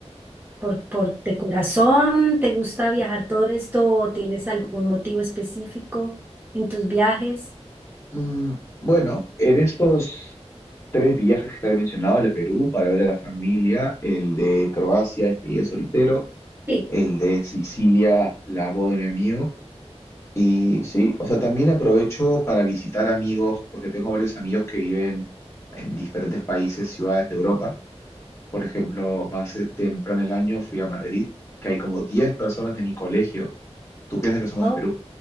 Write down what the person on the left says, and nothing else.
Mm, bueno, en estos tres viajes que te he mencionado, el de Perú para ver a la familia, el de Croacia, despedida de soltero,
el de Sicilia, la boda de mi amigo, Y sí, o sea, también aprovecho para visitar amigos, porque tengo varios amigos que viven en diferentes países, ciudades de Europa. Por ejemplo, más eh, temprano el año fui a Madrid, que hay como 10 personas de mi colegio, tú piensas que somos
de Perú,